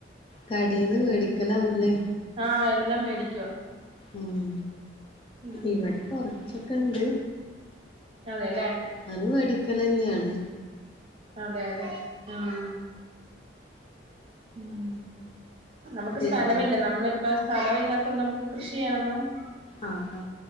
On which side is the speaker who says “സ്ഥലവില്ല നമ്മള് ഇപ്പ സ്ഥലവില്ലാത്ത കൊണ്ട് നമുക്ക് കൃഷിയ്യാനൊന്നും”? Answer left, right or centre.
Right